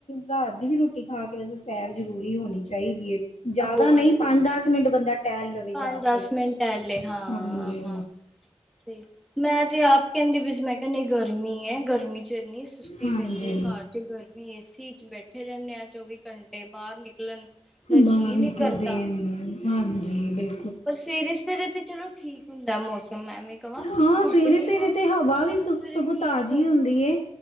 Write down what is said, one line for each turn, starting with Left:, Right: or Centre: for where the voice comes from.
Left: ਰਾਤ ਦੀ ਵੀ ਰੋਟੀ ਖਾ ਕੇ ਵੈਸੇ ਸੈਰ ਜ਼ਰੂਰੀ ਹੋਣੀ ਚਾਹੀਦੀ ਏ। ਜ਼ਿਆਦਾ
Centre: ਹੋਰ
Left: ਨਹੀਂ
Centre: ਕੀ
Left: ਪੰਜ ਦਸ ਮਿੰਟ ਬੰਦਾ ਟਹਿਲ ਲਵੇ
Centre: ਪੰਜ
Left: ਜਾ
Centre: ਦਸ
Left: ਕੇ
Centre: ਮਿੰਟ ਟਹਿਲੇ ਹਾਂ
Left: ਹਾਂਜੀ।
Centre: ਹਾਂ ਸਹੀ ਮੈਂ ਤੇ ਆਪ ਕਹਿੰਦੀ ਪਈ ਸੀ ਮੈਂ ਕਿਹਾ ਨਹੀਂ ਗਰਮੀ ਐ ਗਰਮੀ ਐਨੀ ਸੁਸਤੀ
Left: ਹਾਂਜੀ
Centre: ਪੈਂਦੀ ਐ ਘਰ 'ਚ ਗਰ ਮੀ ਏਸੀ 'ਚ ਬੈਠੇ ਰਹਿੰਦੇ ਆਂ ਚੌਵੀ ਘੰਟੇ ਬਾਹਰ ਨਿਕਲਣ ਦਾ
Left: ਬਾਹਰ
Centre: ਜੀਅ
Left: ਨਿਕਲਦੇ
Centre: ਨਹੀਂ ਕਰਦਾ
Left: ਨੀ ਹੈਗੇ ਹਾਂਜੀ ਬਿਲ
Centre: ਪਰ ਸਵੇਰੇ-ਸਵੇਰੇ ਤੇ ਚਲੋ ਠੀਕ ਹੁੰਦਾ ਮੌਸਮ ਐਵੇਂ ਕਵਾਂ ਧੁੱਪ
Left: ਹਾਂ ਸਵੇਰੇ-ਸਵੇਰੇ
Centre: ਨੀ ਹੋਏ
Left: ਤੇ
Centre: ਸਵੇਰੇ
Left: ਹਵਾ ਵੀ
Centre: ਸਵੇਰੇ
Left: ਸਗੋਂ
Centre: ਠੀਕ
Left: ਤਾਜ਼ੀ
Centre: ਹੁਣ
Left: ਹੁੰਦੀ ਏ।